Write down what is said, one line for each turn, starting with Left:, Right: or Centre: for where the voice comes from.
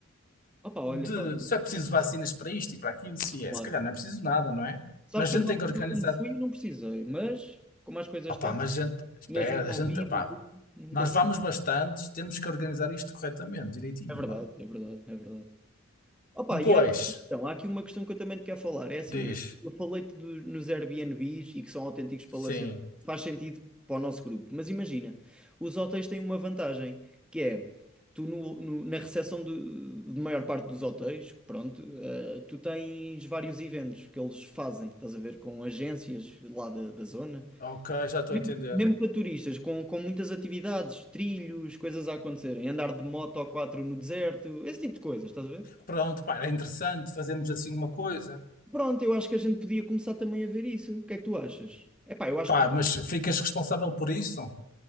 Centre: Opa, olha,
Left: de
Centre: faz
Left: se
Centre: isso.
Left: é preciso vacinas para isto e para aquilo, se é.
Centre: Claro.
Left: Se calhar não é preciso nada, não é?
Centre: Sabes
Left: Mas
Centre: que
Left: a
Centre: eu
Left: gente
Centre: na
Left: tem
Centre: altura,
Left: que organizar.
Centre: quando fui, não precisei, mas como as coisas
Left: Opá,
Centre: estão,
Left: mas a gente, espera,
Centre: mesmo com
Left: a gente,
Centre: Covid
Left: opá,
Centre: e tudo, nunca
Left: nós
Centre: se.
Left: vamos bastantes, temos que organizar isto corretamente, direitinho,
Centre: É verdade,
Left: pá.
Centre: é verdade, é verdade. Opa,
Left: Depois,
Centre: e há aqui, então, há aqui uma questão que eu também te quero falar. É assim,
Left: diz,
Centre: eu, eu falei-te do- nos Airbnbs e que são autênticos palacetes,
Left: sim,
Centre: faz sentido para o nosso grupo. Mas imagina, os hotéis têm uma vantagem, que é, tu no- no- na recepção de, de maior parte dos hotéis, pronto, eh, tu tens vários eventos que eles fazem, estás a ver, com agências lá da, da zona.
Left: ok, já estou
Centre: Mesmo
Left: a entender.
Centre: mesmo para turistas, com, com muitas atividades, trilhos, coisas a acontecerem, andar de moto ou quatro no deserto, esse tipo de coisas, estás a ver?
Left: Pronto, pá, era interessante fazermos assim uma coisa.
Centre: Pronto, eu acho que a gente podia começar também a ver isso. O que é que tu achas? Epá, eu acho
Left: Pá,
Centre: que.
Left: mas ficas responsável por isso?